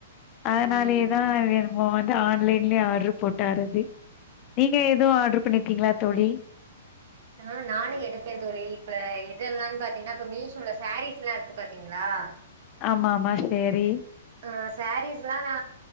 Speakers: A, on the left; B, on the right.
A: அதனாலயேர்
B: ஓ ஓகே ஓகே
A: நம்ம வந்து ஆன்லைன்லியே ஆர்ட்ரு போட்டாறது நீங்க எதுவு ஆர்ட்ரு பண்ணிருக்கீங்ளாத் தோழி
B: ஆ நானு எடுப்பேந் தோழி இப்ப இதெல்லான் பாத்தீங்னா இப்ப மீஷோல சாரீஸ்லா இருக்கு பாத்தீங்ளா
A: ஆமா மா சேரி
B: அ சாரீஸ்லா நா